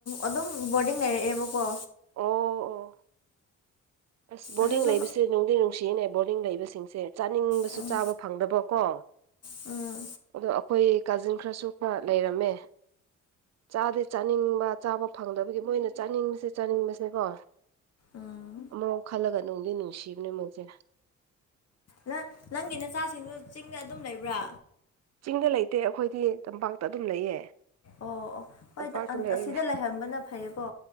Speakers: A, on the left; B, on the right.
A: ꯑꯗꯨꯝ ꯕꯣꯔꯗꯤꯡ ꯂꯩꯔꯛꯑꯦꯕꯀꯣ
B: ꯑꯣ ꯑꯣ ꯑꯁ ꯕꯣꯔꯗꯤꯡ
A: ꯑꯗꯨꯁꯨ
B: ꯂꯩꯕꯁꯦ ꯅꯨꯡꯗꯤ ꯅꯨꯡꯁꯤꯅꯦ ꯕꯣꯔꯗꯤꯡ ꯂꯩꯕꯁꯤꯡꯁꯦ ꯆꯥꯅꯤꯡꯕꯁꯨ
A: ꯎꯝ
B: ꯆꯥꯕ ꯐꯪꯗꯕꯀꯣ
A: ꯎꯝ
B: ꯑꯗꯣ ꯑꯈꯣꯏ ꯀꯥꯖꯤꯟ ꯈꯔꯁꯨ ꯈꯔ ꯂꯩꯔꯝꯃꯦ ꯆꯥꯗꯤ ꯆꯥꯅꯤꯡꯕ ꯆꯥꯕ ꯐꯪꯗꯕꯒꯤ ꯃꯣꯏꯅ ꯆꯥꯅꯤꯡꯕꯁꯦ ꯆꯥꯅꯤꯡꯕꯁꯦꯀꯣ
A: ꯎꯝ
B: ꯑꯃꯨꯃꯨꯛ ꯈꯜꯂꯒ ꯅꯨꯡꯗꯤ ꯅꯨꯡꯁꯤꯕꯅꯦ ꯃꯣꯢꯖꯦ
A: ꯅꯪ ꯅꯪꯒꯤ ꯅꯆꯥꯁꯤꯡꯗꯨ ꯆꯤꯡꯗ ꯑꯗꯨꯝ ꯂꯩꯕ꯭ꯔꯥ
B: ꯆꯤꯡꯗ ꯂꯩꯇꯦ ꯑꯈꯣꯏꯗꯤ ꯇꯝꯄꯥꯛꯇ ꯑꯗꯨꯝ ꯂꯩꯌꯦ
A: ꯑꯣ ꯑꯣ ꯍꯣꯏꯗ
B: ꯇꯝꯄꯥꯛꯇ
A: ꯑꯪ
B: ꯂꯩꯔꯒ
A: ꯑꯁꯤꯗ ꯂꯩꯍꯟꯕꯅ ꯐꯩꯌꯦꯀꯣ